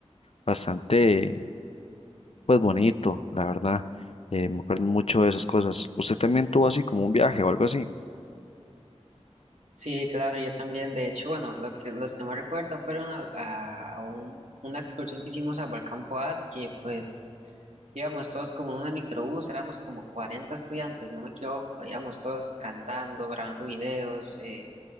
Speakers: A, on the left; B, on the right.
A: bastante, pues bonito, la verdad. Eh, me acuerdo mucho de esas cosas. ¿Usted también tuvo así como un viaje o algo así?
B: Sí, claro, yo también. De hecho, bueno, lo que, los que más recuerdo fueron a, a- a un- una excursión que hicimos al Volcán Poás, que pues íbamos todos como en una microbús, éramos como 40 estudiantes, si no me equivoco, íbamos todos cantando, grabando videos, eh,